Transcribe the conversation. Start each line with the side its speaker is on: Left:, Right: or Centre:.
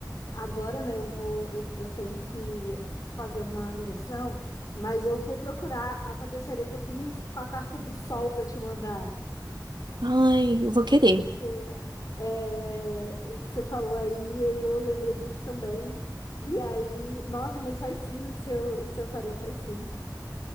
Left: Agora, né, eu vou, eu, eu tenho que fazer uma ligação, mas eu vou procurar a tapeçaria que eu fiz com a carta do sol para te mandar.
Right: Ai, eu vou querer.
Left: É, é, você falou aí e eu lembrei disso também. E aí, nossa, mas faz sim, o seu, seu tarô faz sim.